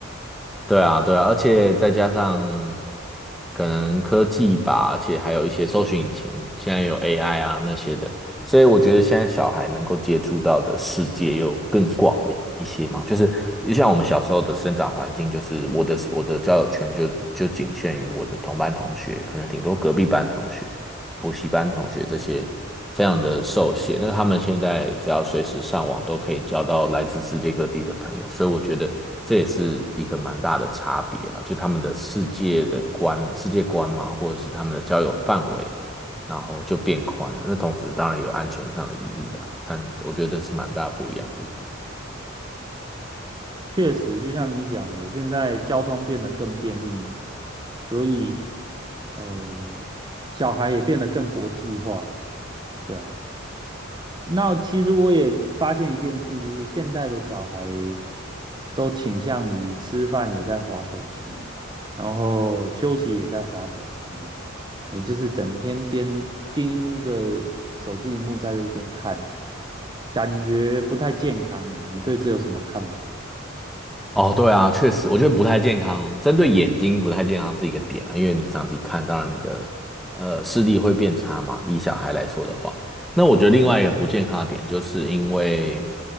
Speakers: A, in the centre; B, on the right.
A: 对啊，对啊，而且再加上可能科技吧，而且还有一些搜寻引擎，现在有 AI 啊那些的，所以我觉得现在小孩能够接触到的世界又更广了一些嘛。就是就像我们小时候的生长环境，就是我的我的交友圈就就仅限于我的同班同学，可能顶多隔壁班同学。补习班同学这些非常的受限。那他们现在只要随时上网，都可以交到来自世界各地的朋友，所以我觉得这也是一个蛮大的差别啦，就他们的世界的观、世界观嘛，或者是他们的交友范围，然后就变宽了。那同时当然有安全上的疑虑啦，但我觉得这是蛮大不一样的地方。
B: 确实，就像你讲的，现在交通变得更便利，所以，嗯、小孩也变得更国际化。对啊，那其实我也发现一件事，就是现代的小孩都倾向于吃饭也在划手机，然后休息也在划手机，你就是整天盯盯着手机荧幕在这边看，感觉不太健康诶，你对这有什么看法？
A: 哦，对啊，确实，我觉得不太健康，针对眼睛不太健康是一个点啊，因为你长期看，当然你的呃视力会变差嘛。以小孩来说的话，那我觉得另外一个不健康的点，就是因为